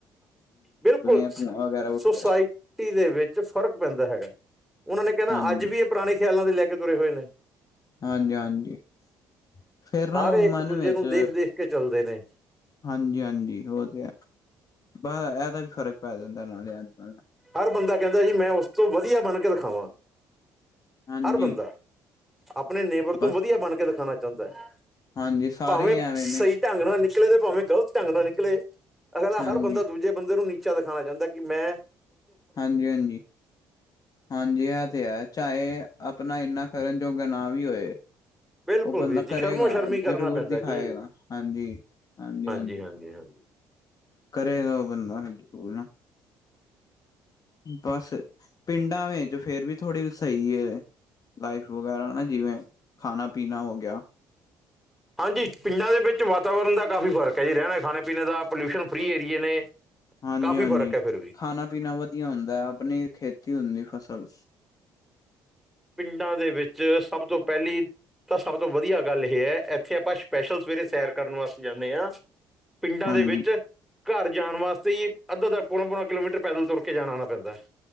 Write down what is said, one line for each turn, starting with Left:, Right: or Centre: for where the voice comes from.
Centre: ਬਿਲਕੁਲ,
Left: ਆ ਧੂੰਆਂ ਵਗੈਰਾ
Centre: ਸੁਸਾਇਟੀ
Left: ਉੱਠਦਾ
Centre: ਦੇ ਵਿਚ ਫ਼ਰਕ ਪੈਂਦਾ ਹੈਗਾ। ਉਹਨਾਂ ਨੇ ਕਹਿਣਾ
Left: ਹਾਂਜੀ
Centre: ਅਜ ਵੀ ਇਹ ਪੁਰਾਣੇ ਖਿਆਲਾਂ ਦੇ ਲੈ ਕੇ ਤੁਰੇ ਹੋਏ ਨੇ-
Left: ਹਾਂਜੀ -ਹਾਂਜੀ, ਫੇਰ ਨਾ
Centre: ਸਾਰੇ
Left: ਉਹ ਮਨ
Centre: ਇੱਕ ਦੂਜੇ
Left: ਵਿਚ-
Centre: ਨੂੰ ਦੇਖ-ਦੇਖ ਕੇ ਚੱਲਦੇ ਨੇ
Left: ਹਾਂਜੀ- ਹਾਂਜੀ ਉਹ ਤੇ ਹੈ। ਬ ਇਹਦਾ ਵੀ ਫ਼ਰਕ ਪੈ ਜਾਦਾ ਨਾਲੇ ਅਜ -ਕਲ
Centre: ਹਰ ਬੰਦਾ ਕਹਿਦਾ ਜੀ ਮੈ ਉਸ ਤੋਂ ਵਧੀਆ ਬਣ ਕੇ ਦਿਖਾਵਾਂ,
Left: ਹਾਂਜੀ,
Centre: ਹਰ ਬੰਦਾ- ਆਪਣੇ ਨੇਬਰ ਤੋਂ
Left: ਬਸ
Centre: ਵਧੀਆ ਬਣ ਕੇ ਦਿਖਾਉਣਾ ਚਾਹੁੰਦਾ ਹੈ,
Left: ਹਾਂਜੀ ਸਾਰੇ
Centre: ਭਾਵੇਂ
Left: ਹੀ ਐਵੇਂ
Centre: ਸਹੀ-
Left: ਨੇ
Centre: ਢੰਗ ਨਾਲ ਨਿਕਲੇ ਤੇ ਭਾਵੇਂ ਗਲਤ ਢੰਗ ਨਾਲ ਨਿਕਲੇ, ਅਗਲਾ
Left: ਹਾਂਜੀ,
Centre: ਹਰ ਬੰਦਾ ਦੂਜਾ- ਦੂਜੇ ਬੰਦੇ ਨੂੰ ਨੀਚਾ ਦਿਖਾਉਣਾ ਚਾਹੁੰਦਾ, ਕਿ ਮੈ-
Left: ਹਾਂਜੀ- ਹਾਂਜੀ- ਹਾਂਜੀ ਇਹ ਤੇ ਹੈ। ਚਾਹੇ ਆਪਣਾ ਇੰਨਾ ਕਰਨ ਜੋਗਾ ਨਾ ਵੀ ਹੋਏ-
Centre: ਬਿਲਕੁਲ
Left: ਉਹ ਬੰਦਾ
Centre: ਵੀਰ ਜੀ
Left: ਕਰੇਗਾ,
Centre: ਸ਼ਰਮੋ ਸ਼ਰਮੀ ਕਰਨਾ
Left: ਜ਼ਰੂਰ
Centre: ਪੈਂਦਾ
Left: ਦਿਖਾਏਗਾ,
Centre: ਜੀ
Left: ਹਾਂਜੀ- ਹਾਂਜੀ-ਹਾਂਜੀ
Centre: ਹਾਂਜੀ- ਹਾਂਜੀ -ਹਾਂਜੀ-
Left: ਕਰੇਗਾ ਬੰਦਾ ਜਰੂਰ ਨਾ- ਬਸ, ਪਿੰਡਾਂ ਵਿਚ ਫੇਰ ਵੀ ਥੋੜ੍ਹੀ ਸਹੀ ਹੈ। ਲਾਈਫ ਵਗੈਰਾ ਨਾ ਜਿਵੇ, ਖਾਣਾ -ਪੀਣਾ ਹੋ ਗਿਆ।
Centre: ਹਾਂਜੀ, ਪਿੰਡਾਂ ਦੇ ਵਿਚ ਵਾਤਾਵਰਨ ਦਾ ਕਾਫੀ ਫ਼ਰਕ ਹੈ ਜੀ ਰਹਿਣਾ, ਖਾਣੇ- ਪੀਣੇ ਦਾ ਪੋਲਿਉਸ਼ਨ ਫਰੀ ਏਰੀਏ ਨੇ-
Left: ਹਾਂਜੀ-
Centre: ਕਾਫ਼ੀ
Left: ਹਾਂਜੀ,
Centre: ਫ਼ਰਕ ਹੈ ਫਿਰ ਵੀ
Left: ਖਾਣਾ ਪੀਣਾ ਵਧੀਆ ਹੁੰਦਾ ਹੈ। ਆਪਣੀ ਖੇਤੀ ਹੁੰਦੀ ਫਸਲ।
Centre: ਪਿੰਡਾਂ ਦੇ ਵਿਚ ਸਭ ਤੋਂ ਪਹਿਲੀ ਤਾਂ ਸਭ ਤੋਂ ਵਧੀਆ ਗੱਲ ਇਹ ਹੈ। ਇਥੇ ਆਪਾਂ ਸਪੈਸ਼ਲ ਸਵੇਰੇ ਸੈਰ ਕਰਨ ਵਾਸਤੇ ਜਾਦੇ ਹਾਂ। ਪਿੰਡਾਂ
Left: ਹਾਂਜੀ।
Centre: ਦੇ ਵਿਚ, ਘਰ ਜਾਣ ਵਾਸਤੇ ਹੀ ਅੱਧਾ- ਅੱਧਾ, ਪੋਣਾ ਪੋਣਾ ਕਿਲੋਮੀਟਰ ਪੈਦਲ ਤੁਰ ਕੇ ਜਾਣ ਆਉਣਾ ਪੈਂਦਾ ਹੈ।